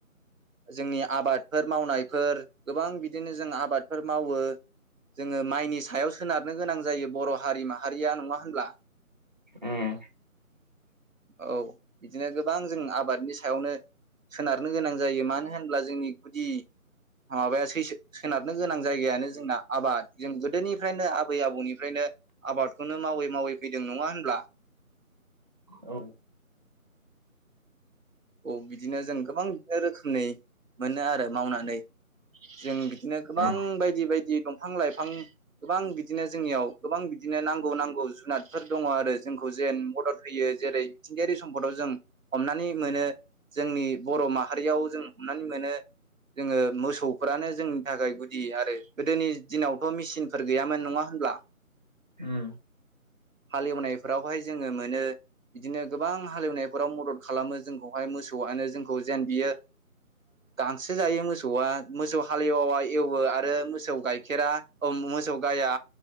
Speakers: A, on the right; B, on the right.
A: जोंनि आबाद फोर मावनायफोर गोबां बिदिनो जों आबादफोर मावो जोङो माइनि सायाव सोनारनो गोनां जायो बर' हारि माहारिया नङा होनब्ला?
B: उम
A: औ बिदिनो गोबां जों आबादनि सायावनो सोनारनो गोनां जायो। मानो होनब्ला जोंनि गुदि माबाया सै- सो-सोनारनो गोनां जायगायानो जोंना आबाद। जों गोदोनिफ्रायनो आबै आबौनिफ्रायनो आबादखौनो मावै-मावै फैदों नङा होनब्ला?
B: औ
A: औ बिदिनो जों गोबां बिदिनो रोखोमै मोनो आरो मावनानै जों बिदिनो गोबां
B: उम
A: बायदि बायदि दंफां-लाइफां गोबां बिदिनो जोंनियाव गोबां बिदिनो नांगौ नांगौ जुनादफोर दङ आरो जोंखौ जेन मदद होयो जेरै मिथिंगायारि सम्फदाव जों हमनानै मोनो जोंनि बर' माहारियाव जों हमनानै मोनो जोङो मोसौफोरानो जोंनि थाखाय गुदि आरो गोदोनि दिनावथ' मिसिनफोर गैयामोन नङा होनब्ला?
B: उम
A: हालेवनायफोरावहाय जोङो मोनो बिदिनो गोबां हालेवनायफोराव मदद खालामो जोंखौहाय मोसौआनो जोंखौ जेन बियो गांसो जायो मोसौआ मोसौ हालेवाया एवो आरो मोसौ गाइखेरा औ‌ मोसौ गाया